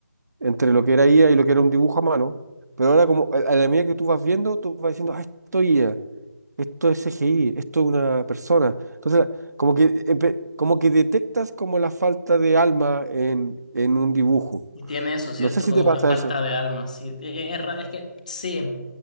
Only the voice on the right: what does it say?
entre lo que era IA y lo que era un dibujo a mano, pero ahora como a a la medida que tú vas viendo, tú vas diciendo, ah, esto es IA, esto es CGI, esto es una persona. Entonces, como que, eh, empe- como que detectas como la falta de alma en, en un dibujo.
No sé si
te pasa
eso.